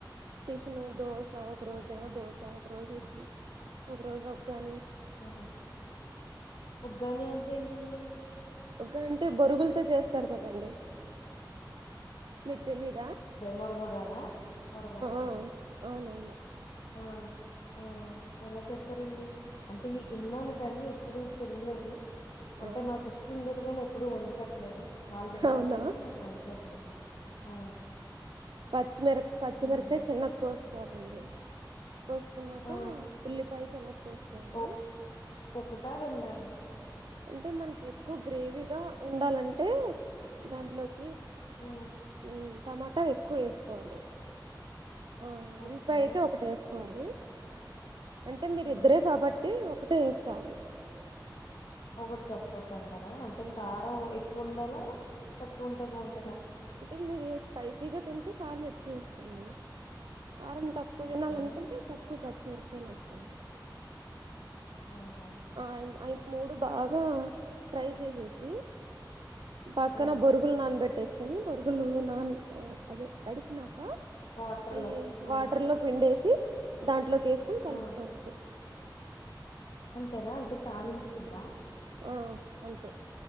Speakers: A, on the right; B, on the left.
A: టిఫిన్ దోశ ఒక రోజ ఏమో దోశ ఒక రోజు ఇడ్లీ ఒక రోజు ఉగ్గాని
B: ఆహా ఉగ్గాని అంటే ఏంటండి
A: ఒకంటే బొరుగులతో చేస్తారు కదండి మీకు తెలిదా
B: మార్మురాల మార్మురాల
A: ఆ అవునవును
B: ఆ ఆ ఎలా చెస్ స్తారండి అంటే విన్నాను కానీ ఎప్పుడు తినలేదు అంటే
A: ఆ
B: మా సిస్టర్ ఉండేది అందుకని ఎప్పుడు వండి పెట్టలేదు వాళ్ళు తింటారు
A: అవునా
B: గానీ నాకు వండి పెట్టలేదు ఆ
A: పచ్చిమిరక్ పచ్చిమిరకాయ
B: మ్మ్
A: చిన్న కో చూసుకోవాలండి కోసుకున్నాక
B: ఆ
A: ఉల్లిపాయ సన్నగ కోసుకోవాలి
B: ఓ ఒకటా రెండా అండి
A: అంటే మనకి ఎక్కువ గ్రేవీగా ఉండాలంటే దాంట్లోకి
B: ఉం
A: మ్ టమాటా ఎక్కువ వేసుకోవాలి ఆ ఉల్లిపాయ
B: ఓకే
A: అయితే ఒకటే ఏసు కోవాలి అంటే మీరిద్దరే
B: ఆ
A: కాబట్టి ఒక టే చాలు
B: ఒకటి సరిపోద్దా అన్ టారా అంటే
A: మ్
B: కారం ఎక్కువ ఉండ లా తక్కువ ఉంటే బాగుంట
A: అంటే మీరు స్పైసీగా తింటే కారం ఎక్కువ వేసుకోండి కారం తక్కువ
B: ఓకే
A: తినాలనుకుంటే తక్కువ పచ్చిమిరపకాయలు వేసుకోవాలి
B: ఆహా
A: ఆ అయిఉమ్ మూడు బాగా ఫ్రై చేసేసి పక్కన
B: ఆ
A: బోరు గుల్ నాన పెట్టేస్ కొన్ని బొరుగులు నాన్పె అదే తడిపినాక
B: వాటర్లో
A: అయ్యి
B: ఆ
A: వాటర్ లో పిండేసి దాన్ ట్లోకేసుకుని కలుపుకోవాలి
B: ఆ అంతేనా అంటే తాలింపు కింద
A: ఆ అంతే